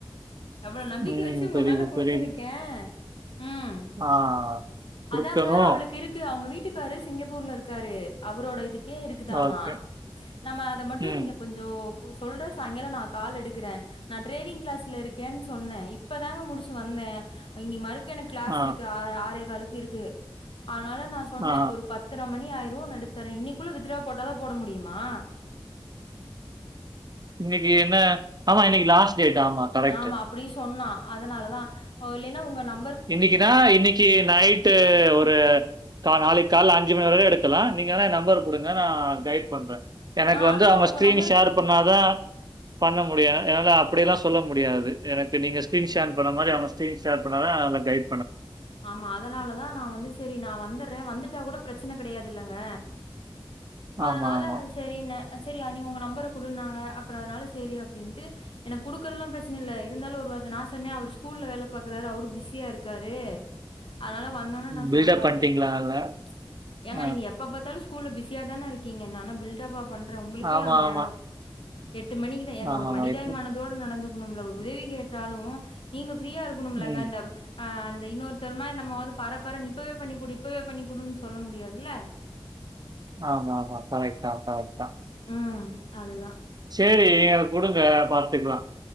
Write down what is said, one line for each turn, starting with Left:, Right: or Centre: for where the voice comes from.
Left: எவ்வளவு நம்பிக்கை
Right: ம்.
Left: வச்சு உங்க
Right: புரியுது,
Left: மேல குடுத்துருக்கேன்
Right: புரியுது.
Left: உம்
Right: ஆ குடுக்கணும்.
Left: அதாங்க அவளுக்கு இருக்கு அவங்க வீட்டுக்காரு சிங்கப்பூர்ல இருக்காரு அவரோட இதுக் கே இருக்குதாமா
Right: ஓகே.
Left: நம்ம அத மட்டும்
Right: ம்.
Left: நீங்க கொஞ்சோம் ஒரு சொல்ற சாயங்காலம் நான் கால் எடுக்குறேன் நான் ட்ரேடிங் கிளாஸ்ல இருக்கேன்னு சொன்னேன் இப்பதாங்க முடிச்சு வந்தே இ நி மறுக் க்கு எனக்கு கிளாஸ்
Right: ஆ,
Left: இருக்கு ஆறு காலுக் கிருக்கு அதனால நான் சொன்னே
Right: ஆ.
Left: ஒரு பத்தர மணி ஆயி ட்டு நடுத்தறேன் இன்னிக்குள்ள வித்ட்ரா போட்டாதான் போட முடியுமா
Right: இன்னைக்கி என்ன ஆமா இன்னைக்கி லாஸ்ட் டேட் ஆமா கரெக்ட்டு.
Left: ஆமா அப்புடி சொன்னா அதனால தா ஓ இல்லைன்னா உங்க நம்
Right: இன்னைக்குன்னா இன்னைக்கு நைட்டு ஒரு க காளைக்கு காலைல அஞ்சு மணி வர எடுக்கலா நீங்க வேணா ஏ நம்பர் கொடுங்க நா கைட் பண்றே எனக்கு
Left: ஆஹ்
Right: வந்து
Left: அதுதான்
Right: அவ
Left: உங்க
Right: ஸ்கிரீன்
Left: நம்பரு
Right: ஷேர் பண்ணாதா பண்ண முடியு என்னால அப்படியெல்லாம் சொல்ல முடியாது எனக்கு நீங்க ஸ்கிரீன் ஷேர் பண்ண மாரி அவ ஷேர் பண்ணாதா லா கைய்
Left: ஆமா அதனாலதா நா வந்து சரி நா வந்துற வந்துட்டு கூட பிரச்சனை கெடையாதுல்லங்க
Right: ஆமா,
Left: அதனால
Right: ஆமா.
Left: சேரின்னே அ சரி நீ உங்க நம்பரை குடுனாங்க அப்பற அனால சரி அப்படின்ட்டு எனக்கு குடுக்குறதுல்லா பிரச்சனை இல்லை இருந்தாலு ஒரு வார்த்த நா சொன்னே அவர் ஸ்கூல்ல வேலை பாக்குறாரு அவரு பிஸியா இருக்காரு அனால வந்தொனே நா
Right: பில்டப்
Left: சொல்றே
Right: பண்ணிட்டீங்களா
Left: அப்டிஏங்கா
Right: நல்லா? அ.
Left: நீங்க எப்ப பாத்தாலு கூல்ல பிஸ் ஃப்ரியாதான இருக்கிங்க நல்லா பில்ட் எட்ப்பா பண்றே உங்களுக்கே
Right: ஆமா,
Left: அங்க நேரோ
Right: ஆமா.
Left: எட்டு மணிக்குதா ஏங்க
Right: ஆமாமா.
Left: ஒரு மனிதாபிமானதோட
Right: இப்ப
Left: நடந்து நம்மல ஒரு உதவி கேட்டாலு நீங்க ஃப்ரீயா இருக்கணும்லங்க
Right: ம்.
Left: அந்த அவு ஆ அந்த இன்னொருத்தருமா நம்ம வந்து பரப்பற இப்பவே பண்ணி குடு இப்பவே பண்ணிக்குடுனு சொல்ல முடியாதில்ல
Right: ஆமாமா கரெக்ட்தா கரெக்ட்தா
Left: ம் அதுதா
Right: சேரி அத குடுங்க பாத்துக்கலா